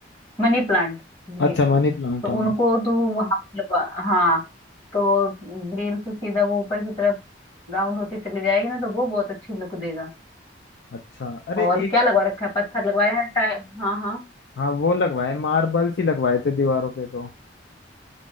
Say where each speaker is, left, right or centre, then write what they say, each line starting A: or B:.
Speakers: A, on the left; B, on the left.
A: मनी प्लांट ग्रीन
B: अच्छा मनी प्लांट
A: तो
B: हाँ
A: उनको तू वहां पे लगा हाँ तो ग्रिल से सीधा वो ऊपर की तरफ राउंड होती चली जाएगी ना तो वो बहुत अच्छी लुक देगा
B: अच्छा अरे
A: और
B: एक
A: क्या लगवा रखा है पत्थर लगवाया है टाइ हाँ हाँ
B: हाँ वो लगवाए मार्बल ही लगवाए थे दीवारों पे तो